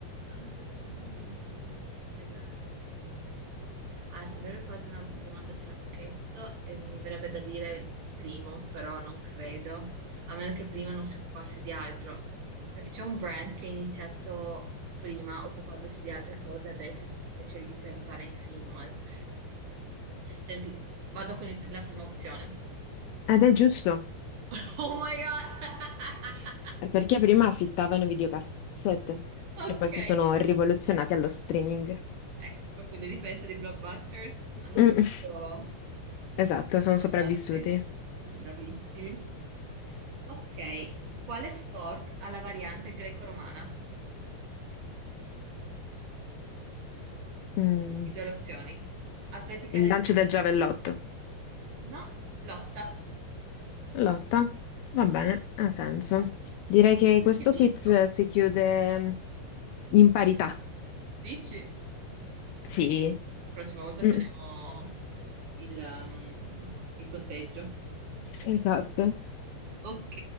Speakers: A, on the right; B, on the left.
A: Ah, mizzega. Ah, sembrerebbe quasi una domanda a trabocchetto e mi verrebbe da dire il primo, però non credo, a meno che prima non si occupasse di altro, perché c'è un brand che è iniziato prima occupandosi di altre cose, adesso si specializza in fare in film o altro. Senti, vado con il- la prima opzione.
B: Ed è giusto,
A: <laughs> Oh my God! <laughs>
B: perché prima affittavano videocassette
A: Ok.
B: e poi si sono rivoluzionati allo streaming.
A: Ecco, quindi a differenza di Blockbusters, hanno saputo...
B: Mm, esatto, sono sopravvissuti.
A: Darsi. Bravissimi. Ok, quale sport ha la variante greco-romana?
B: Mm,
A: Ti do le opzioni. Atletica
B: Il
A: leggera.
B: lancio del giavellotto.
A: No, lotta.
B: Lotta. Va bene, ha senso.
A: Allora,
B: Direi che
A: Penso
B: questo
A: che hai vinto.
B: quiz si chiude in parità.
A: Dici?
B: Sì.
A: Prossima volta
B: Mm,
A: teniamo il, um, il conteggio.
B: esatto.
A: Ok,